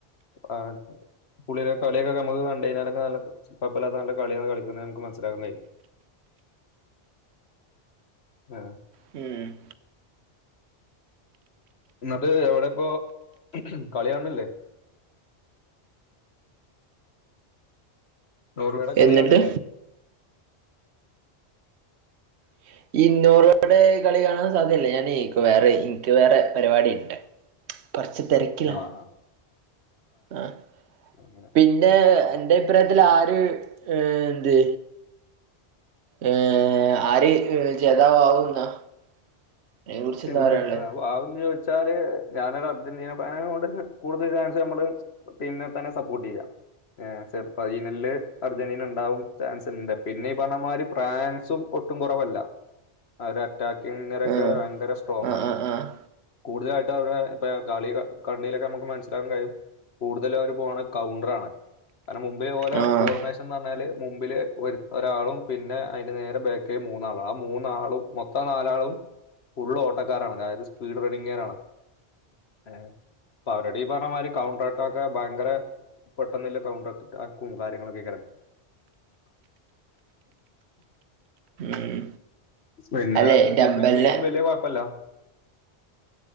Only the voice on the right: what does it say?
<inaudible> ഉം
എന്നിട്ട് <unintelligible> കളി കാണാൻ സാധ്യല്ല. ഞാനേ ഇക്ക് വേറെ ഇക്ക് വേറെ പരിപാടിണ്ട്. <inaudible> കൊറച്ച് തിരക്കിലാണ്,
ആഹ്
പിന്നെ. എന്റെ അഭിപ്രായത്തിയാര് ഏ എന്ത്? ഏ ആര് <unintelligible>
എന്താ പറയാനുള്ളേ
ആഹ്
ആഹ് ആഹ് ആഹ്
ആഹ്
ഉം
അല്ലെ ഡമ്പലിനെ